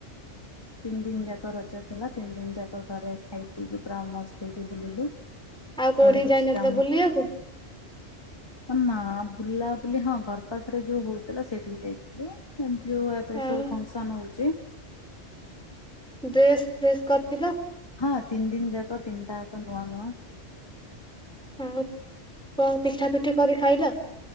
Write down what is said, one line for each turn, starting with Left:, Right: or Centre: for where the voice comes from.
Left: ତିନି ଦିନ ଯାକ ରଜ ଥିଲା ତିନି ଦିନ ଯାକ ଘରେ ଖାଇ ପିଇକି ପୁରା ମସ୍ତ ହେଇକି ବୁଲିଲୁ।
Centre: <inaudible>
Left: ଘରେ କିଛି
Centre: ଯାଇନଥିଲ
Left: କାମ୍।
Centre: ବୁଲିବାକୁ
Left: ନାଁ ବୁଲା ବୁଲି ହଁ ଘର ପାଖରେ ଯୋଉ ହଉଥିଲା ସେଇଠିକି ଯାଇଥିଲୁ। ଯୋଉ ଆପରେ
Centre: ଆଉ
Left: ସବୁ ଫଙ୍କସନ୍ ହଉଛି।
Centre: ଡ୍ରେସ ଫ୍ରେସ୍ କରିଥିଲ?
Left: ହଁ ତିନ ଦିନ ଯାକ ତିନିଟା ଯାକ ନୂଆ ନୂଆ।
Centre: ଆଉ କଣ ପିଠା ପିଠି କରି ଖାଇଲ?